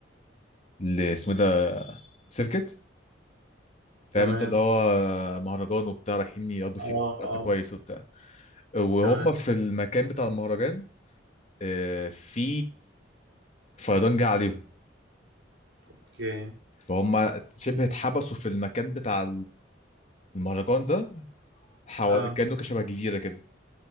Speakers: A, on the left; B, on the right.
A: ل اسمه إيه ده سيركت فاهم
B: تمام
A: انت اللي هو مهرجان وبتاع رايحين يقضوا
B: اه
A: فيه وقت
B: اه
A: كويس وبتاع وهم
B: تمام
A: في المكان بتاع المهرجان آه، في فيضان جه عليهم
B: اوكي
A: فهم شبه اتحبسوا في المكان بتاع المهرجان ده حو...
B: اه
A: كانوا كشبه جزيره كده